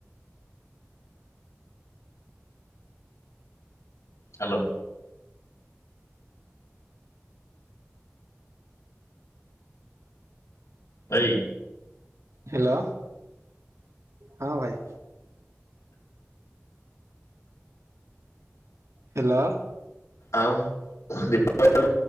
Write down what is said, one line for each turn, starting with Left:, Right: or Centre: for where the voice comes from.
Left: ହ୍ୟାଲୋ। ଭାଇ
Right: ହ୍ୟାଲୋ ହଁ ଭାଇ। ହ୍ୟାଲୋ।
Left: ଆଉ <unintelligible>